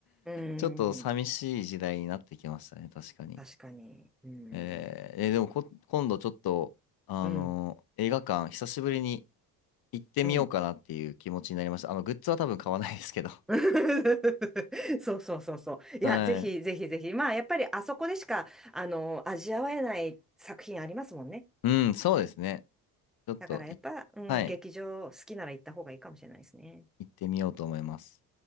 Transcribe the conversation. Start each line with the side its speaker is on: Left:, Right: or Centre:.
Centre: うー
Left: ちょっと寂しい時代になってきましたね、
Centre: ん、
Left: 確かに。
Centre: 確かに。うー
Left: えー、
Centre: ん、
Left: えーでもこ、今度ちょっと、あのー映画館、
Centre: うん、
Left: 久しぶりに行ってみようかなっていう気持ちになりました。
Centre: うん。
Left: あの、グッズは多分買わないですけど。
Centre: <laughs> そうそうそうそう。いや、
Left: はい。
Centre: ぜひぜひぜひ。まあ、やっぱりあそこでしか、あの、味わえない作品ありますもんね。
Left: うん、そうですね。ちょっとい、
Centre: だからやっぱ、うん、
Left: はい、
Centre: 劇場好きなら行った方がいいかもしれないですね。
Left: 行ってみようと思います。